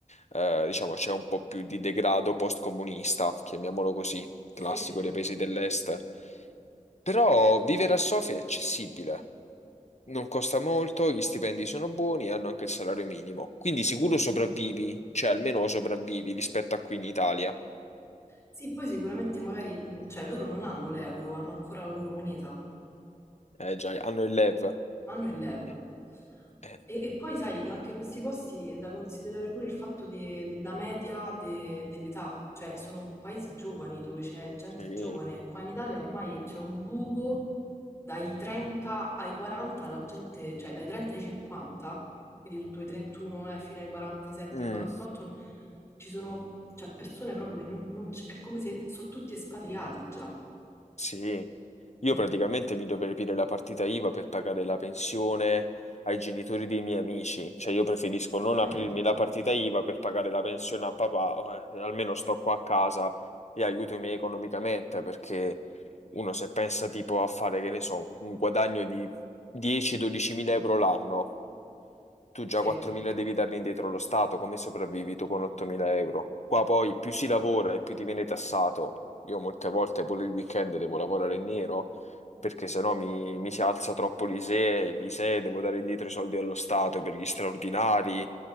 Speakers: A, on the left; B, on the left.
A: eh, diciamo, c'è un po' più di degrado post-comunista, chiamiamolo così,
B: Sì,
A: classico
B: sì.
A: dei paesi dell'est. Però vivere a Sofia è accessibile, non costa molto, gli stipendi sono buoni e hanno anche il salario minimo. Quindi sicuro sopravvivi, cioè almeno sopravvivi rispetto a qui in Italia.
B: Sì, poi sicuramente magari, mm, cioè loro non hanno l'euro, hanno ancora la loro moneta.
A: Eh già, hanno il LEV.
B: hanno il LEV.
A: Eh,
B: E, V.
A: eh,
B: e e poi sai, anche questi posti è da considerare pure il fatto de- della media de- dell'età, cioè sono paesi giovani dove c'è gente
A: sì.
B: giovane. Qua in Italia ormai c'è un buco dai 30 ai 40, la gente, cioè dai 30 ai 50, quindi tutto i 31 eh, fino ai 47,
A: Mm,
B: 48, n- ci sono cioè, persone proprio che non, non c- è come se sono tutti espatriati già.
A: sì, io
B: Eh,
A: praticamente mi dovrei aprire la partita IVA per pagare la pensione ai genitori dei miei amici, cioè io preferisco
B: esattamente,
A: non aprirmi la partita IVA per pagare la pensione a papà, o, eh, almeno sto qua a casa e aiuto i miei economicamente, perché uno se pensa tipo a fare, che ne so, un guadagno di 10-12 mila euro l'anno tu già
B: sì.
A: 4.000 devi darli indietro allo Stato, come sopravvivi tu con 8.000 euro? Qua poi più si lavora e più ti viene tassato. Io molte volte pure il weekend devo lavorare in nero perché sennò mi, mi si alza troppo l'ISEE, l'ISEE devo dare indietro i soldi allo Stato per gli straordinari